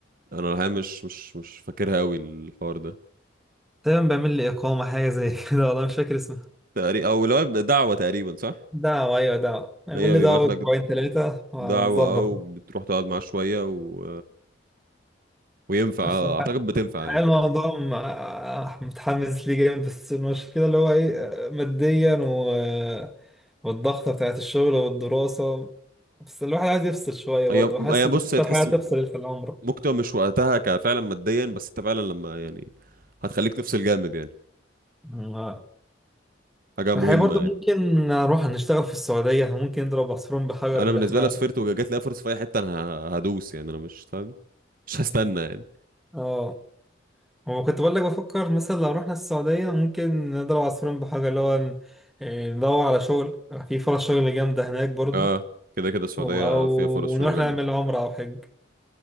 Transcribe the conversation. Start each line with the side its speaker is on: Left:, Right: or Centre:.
Right: انا الحقيقه مش مش مش فاكرها قوي الحوار ده
Centre: تقريبا بيعمل لي اقامة حاجة زي كده والله مش فاكر اسمها
Right: تقريبا او لو دعوه تقريبا صح
Centre: دعوة أيوة دعوة اعمل
Right: هي
Centre: لي
Right: بيبعت
Centre: دعوة
Right: لك
Centre: أسبوعين ثلاثة وهنظبط
Right: دعوه او بتروح تقعد معاه شويه و وينفع
Centre: بس
Right: آه،
Centre: الح-
Right: اعتقد بتنفع
Centre: الحقيقة
Right: يعني
Centre: الموضوع م- آه، متحمس ليه جامد بس المشكلة اللي هو إيه آه، ماديا و... والضغطة بتاعت الشغل والدراسة بس الواحد عايز يفصل شوية
Right: هي
Centre: برضه حاسس
Right: هي
Centre: إن
Right: بص هي
Centre: أكتر
Right: تحس
Centre: حاجة تفصل في العمر
Right: ممكن تبقى مش وقتها كفعلا ماديا بس انت فعلا لما يعني هتخليك تفصل جامد يعني
Centre: آه.
Right: حاجه مهمه
Centre: الحقيقة برضه
Right: يعني
Centre: ممكن نروح نشتغل في السعودية ممكن نضرب عصفورين بحجر
Right: انا
Centre: اللي
Right: بالنسبه
Centre: إحنا
Right: لي لو سافرت وجات لي فرصه في اي حته انا ه- هدوس يعني انا مش فاهم مش هستنى يعني
Centre: آه هو كنت بقول لك بفكر مثلا لو رحنا السعودية ممكن نضرب عصفورين بحجر اللي هو ن- آه، ندور على شغل في فرص شغل جامدة هناك برضو
Right: اه كده كده السعوديه
Centre: و- أو
Right: فيها فرص شغل
Centre: نروح
Right: جامده
Centre: نعمل عمرة أو حج